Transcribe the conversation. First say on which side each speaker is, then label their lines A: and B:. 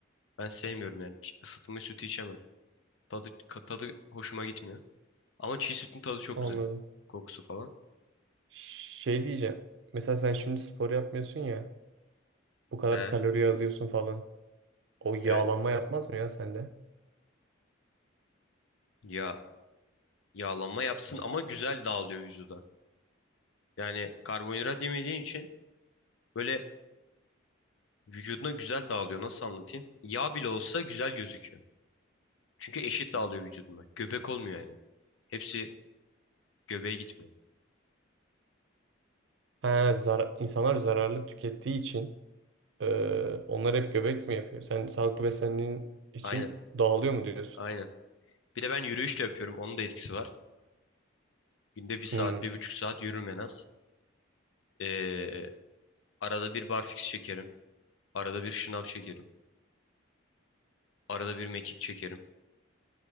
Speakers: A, on the left; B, on the right.
A: Ben sevmiyorum yani. Ç- ısıtılmış sütü içemem. Tadı ka- tadı hoşuma gitmiyor. Ama çiğ sütün tadı çok
B: anladım.
A: güzel. Kokusu falan.
B: Şey diyeceğim. Mesela sen şimdi spor yapmıyorsun ya. Bu kadar
A: He,
B: kalori alıyorsun falan. O yağlanma
A: evet.
B: yapmaz mı ya sende?
A: Ya yağlanma yapsın ama güzel dağılıyor vücuda. Yani karbonhidrat yemediğin için böyle Vücuduna güzel dağılıyor. Nasıl anlatayım? Yağ bile olsa güzel gözüküyor. Çünkü eşit dağılıyor vücuduna. Göbek olmuyor yani. Hepsi göbeğe gitmiyor.
B: Ha, zar insanlar zararlı tükettiği için eee, onlar hep göbek mi yapıyor? Sen sağlıklı beslendiğin için
A: Aynen,
B: dağılıyor mu diyorsun?
A: aynen. Bir de ben yürüyüş de yapıyorum. Onun da etkisi var. Günde bir saat,
B: Hmm.
A: bir buçuk saat yürürüm en az. Ee, arada bir barfix çekerim. Arada bir şınav çekerim. Arada bir mekik çekerim.